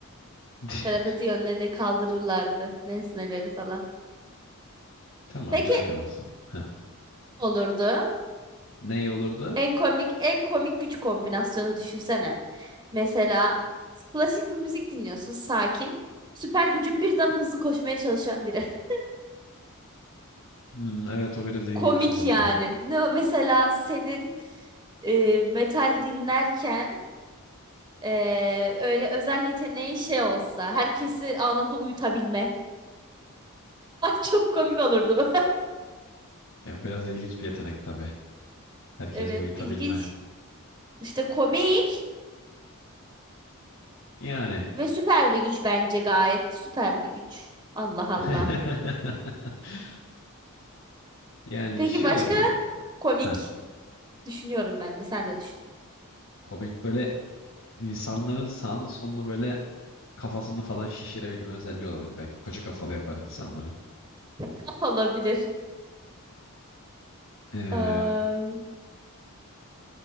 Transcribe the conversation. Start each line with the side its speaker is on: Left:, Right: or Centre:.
Left: <laughs>
Right: Telepati yönleri kaldırırlardı. Nesneleri falan.
Left: Tamam
Right: Peki
Left: öyle olsun. Heh.
Right: olurdu.
Left: Ne iyi olurdu?
Right: En komik en komik güç kombinasyonu düşünsene. Mesela klasik bir müzik dinliyorsun sakin. Süper gücün birden hızlı koşmaya çalışan biri. <laughs>
Left: Hmm, evet o biraz ilginç
Right: Komik
Left: olurdu.
Right: yani. Ne o- mesela senin e, metal dinlerken e, öyle özel yeteneği şey olsa herkesi anında uyutabilme. <laughs> Ay çok komik olurdu bu.
Left: Ya biraz ilginç bir yetenek tabii. Herkesi
Right: Evet,
Left: uyutabilme.
Right: ilginç. İşte komik
Left: Yani
Right: ve süper bir güç bence gayet süper bir güç. Allah
Left: <laughs>
Right: Allah.
Left: Yani
Right: Peki
Left: şey
Right: başka
Left: olabilir.
Right: komik
Left: Heh,
Right: düşünüyorum ben de sen de düşün.
Left: komik böyle insanların sağını solunu böyle kafasını falan şişirebilme özelliği olabilir. Belki koca kafalı yapar insanları.
Right: <laughs> Olabilir.
Left: Ee,
Right: Ay.